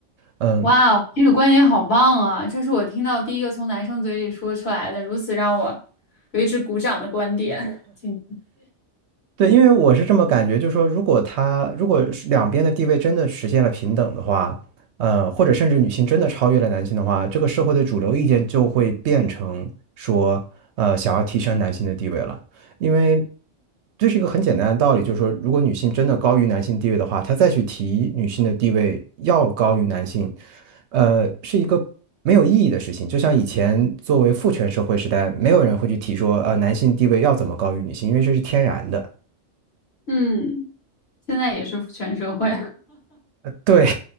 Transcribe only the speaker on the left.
哇哦，这个观点好棒啊！这是我听到第一个从男生嘴里说出来的，如此让我为之鼓掌的观点。<laughs> 请。
嗯，现在也是全社会。